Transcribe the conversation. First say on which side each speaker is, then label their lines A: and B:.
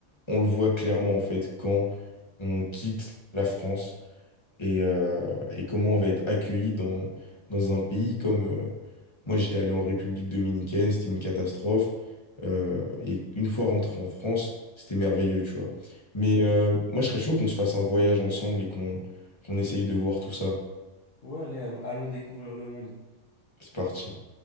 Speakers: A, on the left; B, on the left.
A: on le voit clairement en fait quand on quitte la France et, euh, et comment on va être accueilli dans, dans un pays comme... euh, moi, j'étais allé en République dominicaine, c'était une catastrophe. euh, et une fois rentré en France, c'était merveilleux, tu vois. Mais
B: Ouais.
A: euh, moi, je serais chaud qu'on se fasse un voyage ensemble et qu'on qu'on essaye de voir tout ça.
B: Ouais, allez, allons, allons découvrir le monde.
A: C'est parti.